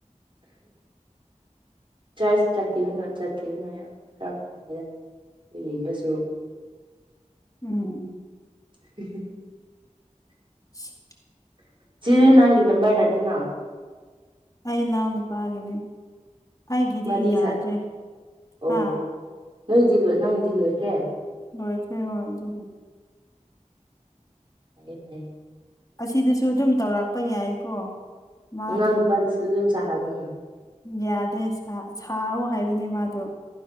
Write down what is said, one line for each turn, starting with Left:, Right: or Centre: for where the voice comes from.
Right: ꯆꯔ ꯆꯠꯈꯤꯕꯅꯣ ꯆꯠꯈꯤꯕꯅꯣ ꯈꯔ ꯐꯗ ꯌꯦꯡꯕꯁꯨ
Left: ꯎꯝ
Right: <unintelligible>
Left: <unintelligible>
Right: ꯁꯤꯗꯤ ꯅꯪꯒꯤ ꯅꯥꯝꯕꯥꯔ ꯅꯠꯇꯦ ꯅ
Left: ꯑꯩ ꯏꯅꯥꯎ ꯅꯨꯄꯥꯒꯤꯅꯦ ꯑꯩꯒꯤꯗꯤ
Right: ꯃꯥꯗꯤ
Left: ꯌꯥꯗ꯭ꯔꯦ
Right: ꯁꯥ ꯑꯣ
Left: ꯍꯥꯥ
Right: ꯅꯣꯏꯗꯤ ꯂꯣꯏ ꯅꯪꯒꯤꯗꯤ ꯂꯣꯏꯈ꯭ꯔꯦ
Left: ꯂꯣꯏꯈꯦ ꯍꯣꯏ ꯑꯗꯨꯒꯤ
Right: ꯐꯌꯦ ꯐꯥꯏꯌꯦ
Left: ꯑꯁꯤꯗꯁꯨ ꯑꯗꯨꯝ ꯇꯧꯔꯛꯄ ꯌꯥꯏꯀꯣ ꯃꯥꯗꯨꯝ
Right: ꯅꯅꯥꯎ ꯅꯨꯄꯥꯗꯨꯁꯨ ꯑꯗꯨꯝ ꯁꯥꯍꯜꯂꯣꯅ
Left: ꯌꯥꯗꯦ ꯁꯥꯔꯣ ꯍꯥꯏꯕꯅꯦ ꯃꯥꯗꯣ